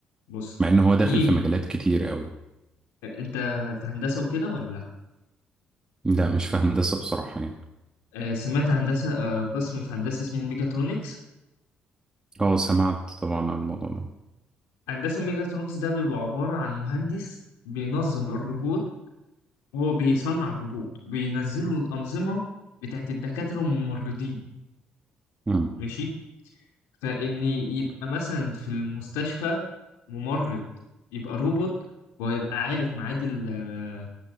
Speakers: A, on the left (about 90°); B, on the right (about 20°).
A: بص
B: مع إن هو داخل
A: في
B: في مجالات كتير قوي
A: آه، انت في هندسه وكده ولا لا
B: لا مش في هندسة بصراحة يعني
A: آه، سمعت هندسه آه، قسم في هندسه اسمه ميجاترونكس
B: اه سمعت طبعا عن الموضوع ده
A: هندسه ميجاترونكس ده بيبقى عباره عن مهندس بينظم الروبوت هو بيصنع الروبوت بينزله الانظمه بتاعت الدكاتره والممرضين
B: مم.
A: ماشي فإن يبقى مثلا في المستشفى ممرض يبقى روبوت ويبقى عارف ميعاد ال-